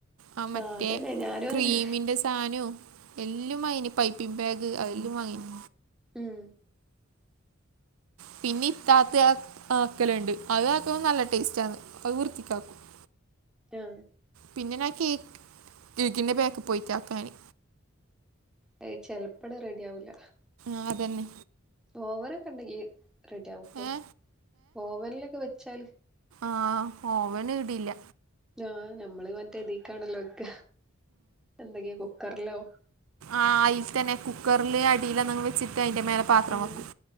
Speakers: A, on the right; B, in the centre.
A: ആ മറ്റേ
B: ആഹ് അതന്നെ ഞാനും
A: ക്രീമിന്റെ
B: അങ്ങനെ
A: സാനും എല്ലാം വാങ്ങിന് പൈപ്പിംഗ്ബാഗ് അതെല്ലാം വാങ്ങീന്
B: ഉം
A: പിന്നെ ഇത്താത്ത അക്കലുണ്ട് അത് ആക്കുമ്പ നല്ല ടേസ്റ്റ ആന്ന് അത് വൃത്തിക്കാക്കും <inaudible>
B: ആ
A: പിന്നെഞാൻ കേക്ക് കേക്കിൻ്റെ ബേക്ക് പോയിട്ടാക്കാന്.
B: ഹെ ചെലപ്പടം റെഡി ആവൂല്ല
A: ആഹ്, തന്നെ
B: ഓവനൊക്കെ ണ്ടെങ്കിൽ റെഡി ആവുട്ടോ
A: ഏ
B: ഓവനിലൊക്കെ വെച്ചാൽ
A: ആഹ് ഓവനിടില്ല
B: ആഹ് ഞമ്മള് മറ്റേ തീക്കാണല്ലോണ്ക്ക എന്തെങ്കി കുക്കറിലോ
A: ആഹ് അയിൽ തന്നെ കുക്കറില് അടിലന്നങ് വെച്ചിട്ട് അയ്ന്റെ മേല പാത്രം
B: ഉം
A: വെക്കും